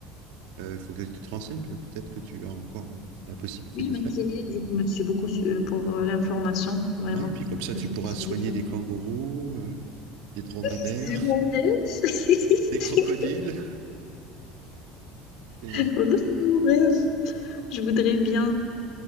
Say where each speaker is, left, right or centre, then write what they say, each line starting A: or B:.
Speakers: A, on the right; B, on the left.
A: Euh, Il faut que tu te renseignes, peut- peut-être que tu as encore euh, la possibilité
B: Oui,
A: de le
B: merci.
A: faire.
B: Du coup, merci beaucoup euh, pour euh, l'information, vraiment.
A: Ouais, et puis comme ça, tu
B: Je
A: pourras
B: ne savais
A: soigner
B: pas.
A: des kangourous, euh, des dromadaires,
B: C'est mon rêve. <laughs>
A: <laughs> des crocodiles. Et, euh,
B: Voilà, c'est mon rêve. Je voudrais bien.